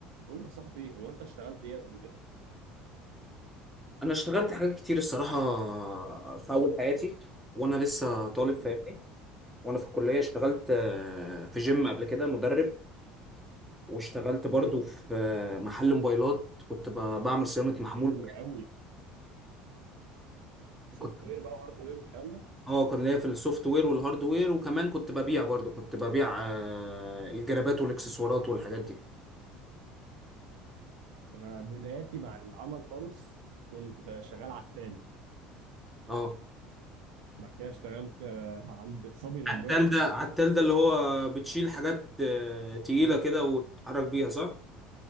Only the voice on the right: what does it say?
بقول لك يا صاحبي هو انت اشتغلت ايه قبل كده؟
مم.
مم.
حلو قوي سوفت
وير بقى وهارد وير والكلام ده؟
انا بداياتي مع العمل خالص كنت آه، شغال عتال
بعد كده اشتغلت آه، عند صبي نجار
<clears throat>